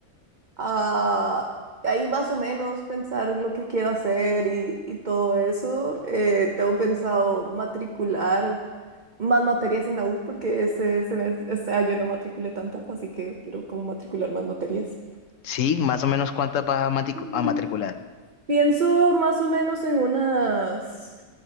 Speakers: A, on the right (about 40°); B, on the left (about 65°).
A: a ahí más o menos pensar lo que quiero hacer y, y todo eso. Eh, tengo pensado matricular más materias en la U porque ese, semes- este año no matriculé tantas, así que quiero como matricular más materias.
B: Sí, más o menos cuántas vas a, matricu-
A: Mm,
B: a matricular.
A: Pienso más o menos en unas...